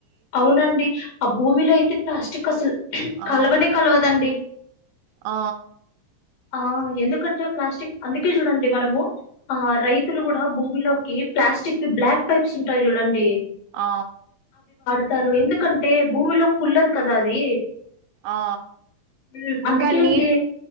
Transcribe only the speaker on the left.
అవునండి ఆ భూమిలో అయితే ప్లాస్టిక్ అసలు
కలవనే కలవదండి.
ఆ ఎందుకంటే ప్లాస్టిక్ అందుకే చూడండి మనము ఆ రైతులు కూడా భూమిలోకి ప్లాస్టిక్వి బ్లాక్ పైప్స్ ఉంటాయి చూడండి
స్తారు ఎందుకంటే భూమిలో కుల్లదు కదా అది
ఉ అందుకే
అండి